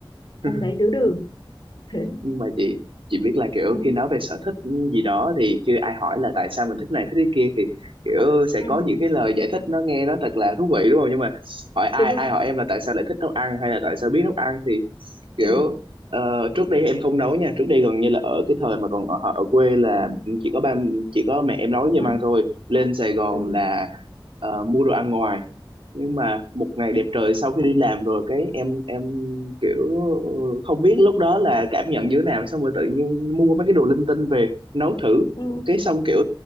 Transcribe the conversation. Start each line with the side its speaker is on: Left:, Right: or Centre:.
Right: Ừ.
Left: hôm đấy đứa đừ <laughs> thế
Right: nhưng mà chị chị biết là kiểu
Left: ừ,
Right: khi nói về sở thích gì đó thì khi ai hỏi là tại sao mình thích này thích cái kia thì kiểu sẽ
Left: ừ,
Right: có những cái lời giải thích nó nghe nó thật là thú vị đúng không nhưng mà hỏi ai
Left: đúng rồi
Right: ai hỏi em là tại sao lại thích nấu ăn hay là tại sao biết nấu ăn thì kiểu
Left: ừ
Right: ờ, trước đây em không nấu nha trước đây gần như là ở cái thời mà còn ở ở quê là chỉ có ba chỉ có mẹ em nấu
Left: đúng
Right: cho em
Left: rồi
Right: ăn thôi lên Sài Gòn
Left: ừ
Right: là ờ, mua đồ ăn ngoài nhưng mà một ngày đẹp trời sau khi đi làm rồi cái em em kiểu ừ, không biết lúc đó là cảm nhận như thế nào xong rồi tự nhiên mua mấy cái đồ linh tinh về nấu thử
Left: ừ
Right: cái xong kiểu